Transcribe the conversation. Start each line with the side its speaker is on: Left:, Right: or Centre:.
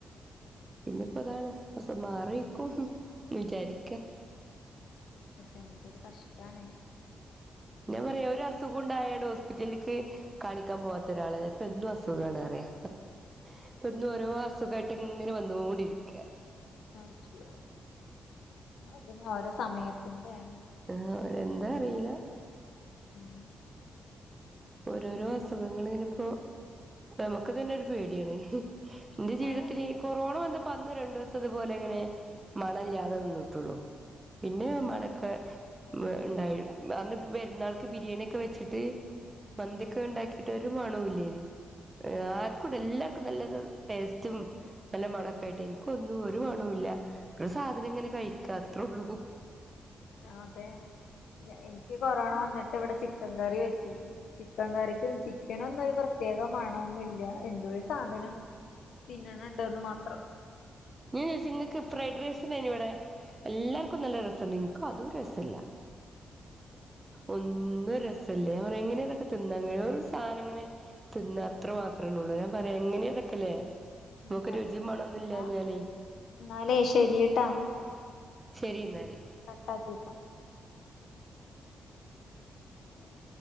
Right: പിന്നെപ്പ അതാണ് അസുഖം മാറിയിക്കും ന്ന് വിചാരിക്ക
Left: ക്ഷെ എമക്കരു കഷ്ടാണെ
Right: ഞാൻ പറയാ ഒരു അസുഖം ഉണ്ടായാണ് ഹോസ്പിറ്റലിലക്ക് കാണിക്കാൻ പോവാത്ത ഒരാളെ ഇപ്പൊ എന്നും അസുഖണ പറിയ ഇപ്പൊ ഇന്ന് ഓരോ അസുഖായിട്ടും ഇങ്ങനെ വന്നോണ്ടിരിക്ക
Left: അയ്യോ അതിങ്ങ് ഓരോ സമയത്തിന്റെ ആണ്
Right: ആഹ് എന്താ അറിയില്ല
Left: ഉം
Right: ഓരോരോ അസുഖങ്ങള ഇങ്ങനെപ്പോനമുക്ക് തന്നെ ഒരു പേടിയാണ് എന്റെ ജീവിതത്തിൽഈ
Left: ഏ
Right: കൊറോണ വന്നപ്പ അന്ന് രണ്ടു ദിവസ ഇത്പോലെ ഇങ്ങനെ മണല്ലാതെ നിന്നിട്ടുള്ളൂ പിന്നെ മണക്കെ ഉണ്ടായി അന്ന് പെരുന്നാൾക്ക് ബിരിയാണിക്കെ വെച്ചിട്ട് മന്തിയൊക്കെ ഉണ്ടാക്കിട്ടരു മണൂല്ലേന ആർക്കുംണ്ട് എല്ലാർക്കും നല്ലരു ടേസ്റ്റും നല്ല മണക്കായിട്ട് എനിക്ക ഒന്നും ഒരു മണല്ല ഒരു സാധനം ഇങ്ങനെ കഴിക്കാ അത്രേ ഉള്ളൂ
Left: അതെ എനിക്ക് കൊറോണ വന്നിട്ട് ഇവിടെ ചിക്കൻ കറി വെച്ചു ചിക്കൻ കറിക്ക് ചിക്കനൊന്നും ഒരു പ്രത്യേക മണൊന്നുമല്ല എന്തോ ഒരു സാധനം തിന്നണണ്ട്ന്ന് മാത്രം
Right: ഞാൻ ചോദിച്ചി ഇക്ക് ഫ്രൈഡ് റൈസ് ഉണ്ടായിനി ഇവടെ എല്ലാർക്കും നല്ല രസുണ്ട് നിക്കും അതും രസല്ല ഒന്നും ഒന്നും ഒരു രസല്ല എങ്ങനെതൊക്കെ തിന്നാൻ കഴിയ ഒരു സാനം ഇങ്ങനെ തിന്ന അത്ര മാത്രേ ഉള്ളൂ ഞാൻ പറയാ എങ്ങനെ അതൊക്കെല്ലേ
Left: ഉം
Right: നമുക്ക്
Left: ആയിക്കോട്ടെ
Right: രുചിയ മണംന്നുമില്ലഞ്ഞാല്
Left: എന്നാ എന്നാലേ ശരിട്ടാ
Right: ശരി എന്നാല്
Left: കട്ടാക്കിക്കോ ഉ <unintelligible>